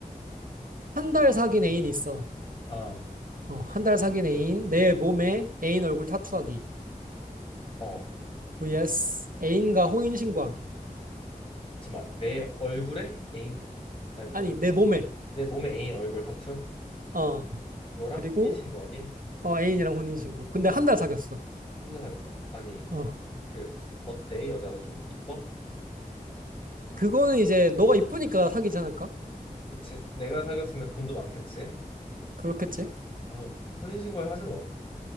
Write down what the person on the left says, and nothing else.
아,
어.
잠깐만. 내 얼굴에 애인, 타- 아니, 뭐야.
내 몸에 애인 얼굴 타투?
그거랑
혼인신고하기?
한 대 사귀었어? 아니,
그, 어때? 여자가 좀 이뻐?
그치? 내가 사귀었으면 돈도 많겠지?
아, 혼인신고 하지 뭐.